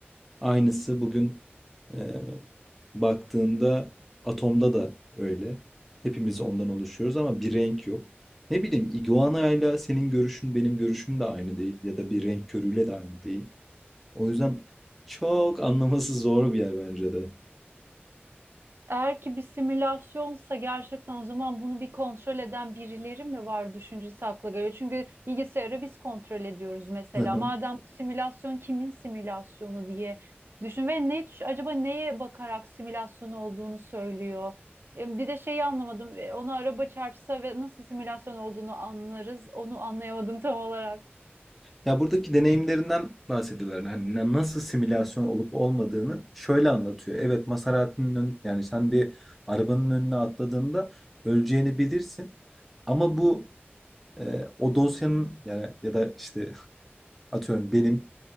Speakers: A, in the centre; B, on the right (about 65°).
A: Aynısı bugün e, baktığında atomda da öyle. Hepimiz ondan oluşuyoruz ama bir renk yok. Ne bileyim iguanayla senin görüşün benim görüşüm de aynı değil ya da bir renk körüyle de aynı değil. O yüzden çok anlaması zor bir yer bence de.
B: Eğer ki bir simülasyonsa gerçekten o zaman bunu bir kontrol eden birileri mi var düşüncesi akla geliyor. Çünkü bilgisayarı biz kontrol ediyoruz mesela.
A: Hı hı.
B: Madem bu simülasyon kimin simülasyonu diye düşün ve ne düş- acaba neye bakarak simülasyon olduğunu söylüyor. E, Bir de şeyi anlamadım. E, Ona araba çarpsa ve nasıl simülasyon olduğunu anlarız. Onu anlayamadım tam olarak.
A: Ya buradaki deneyimlerinden bahsediyorlar. Hani na- nasıl simülasyon olup olmadığını şöyle anlatıyor. Evet Maserati'nin ön- yani sen bir arabanın önüne atladığında öleceğini bilirsin. Ama bu e, o dosyanın yani ya da işte <laughs> atıyorum benim